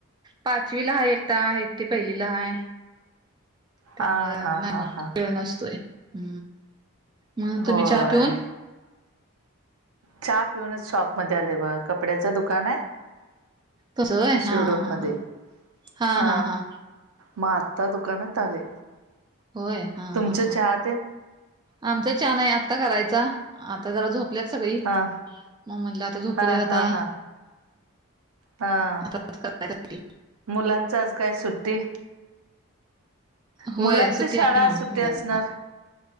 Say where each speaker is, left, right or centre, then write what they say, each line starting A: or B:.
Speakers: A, on the right (about 20°); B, on the right (about 75°).
A: पाचवीला हा एकट एकटी. पहिलीला आहे त्यामुळं
B: हा हा
A: नाही
B: हा
A: मग
B: हा
A: वेळ नसतोय ह्. मग
B: होय
A: तुम्ही च्या पिऊन.
B: चहा पिऊनच शॉप मध्ये आलोय बगा कपड्याचं दुकान
A: तसं होय
B: शिरढोण
A: हा हा
B: मध्ये.
A: हा हा
B: ह
A: हा हा
B: मग आत्ता दुकानात आले.
A: होय हा
B: तुमचं
A: हा
B: चहा
A: ह
B: तेन
A: आमच छान आहे आत्ता करायचा आता जरा झोप झोपल्यात सगळी
B: हा
A: मग म्हणलं आता झोपू्यात
B: हा
A: आता
B: हा हा हा
A: आता करायसाठी
B: मुलांच आज काय सुट्टी?
A: होय
B: मुलांची
A: सुट्टी
B: शाळा
A: आहे ना
B: सुट्टी
A: मुलांना
B: असणार